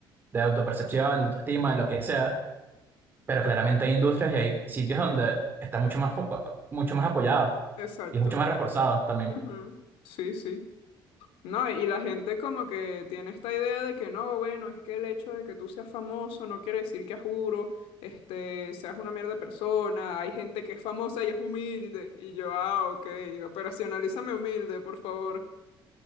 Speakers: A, on the right; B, on the left.
A: de autopercepción, de autoestima, de lo que sea, pero claramente hay industrias y hay sitios donde está mucho más foco, mucho más apoyado
B: exacto.
A: y es mucho más reforzado también.
B: Ujú, Sí, sí. No, y la gente como que tiene esta idea de que no, bueno, es que el hecho de que tú seas famoso no quiere decir que a juro, este, seas una mierda persona. Hay gente que es famosa y es humilde. Y yo, ah, ok, operacionalízame humilde, por favor.